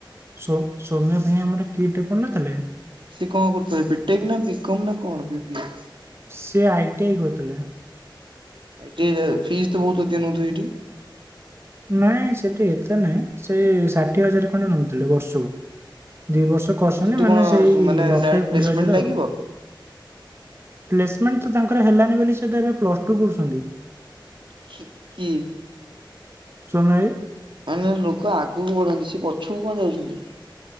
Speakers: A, on the right; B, on the right.
A: ସୋ ସୋମ୍ୟ ଭାଇ ଆମର କିଟ୍ ରେ ପଢ଼ୁନଥିଲେ?
B: ସେ କଣ କରୁଥିଲେ ବିଟେକ୍ ନା ବିକୋମେ ନା କଣ ବି ବି ଏ।
A: ସେ ଆଇଟି ଆଇ କରଥିଲେ।
B: ଏଠି ଫିସ୍ ତ ବହୁତ ଅଧିକା ନଉଥିବେ ଏଇଠି।
A: ନାଇଁ ସେଠି ଏତେ ନାଇଁ ସେ ଷାଠିଏ ହଜାର ଖଣ୍ଡେ ନଉଥିଲେ ବର୍ଷକୁ। ଦି ବର୍ଷ କରଚନ୍ତି
B: ସେଠି
A: ମାନେ
B: କଣ
A: ସେଇ
B: ମାନେ
A: ଲକ୍ଷେ
B: ଡାଇରେକ୍ଟ ପ୍ଲେସମେଣ୍ଟ
A: କୋଡିଏ ହଜାର
B: ଲାଗିବ
A: ଆଉ। ପ୍ଲେସମେଣ୍ଟ ତ ତାଙ୍କର ହେଲାନି ବୋଲି ସେ ତ ଏବେ ପ୍ଲସ୍ ଟୁ କରୁଚନ୍ତି।
B: ଖି କି
A: ସୁନ‌ଇ <unintelligible>
B: <unintelligible> ଲୋକ ଆଗକୁ ବଢାନ୍ତି ସେ ପଛକୁ କଣ ଯାଉଚନ୍ତି।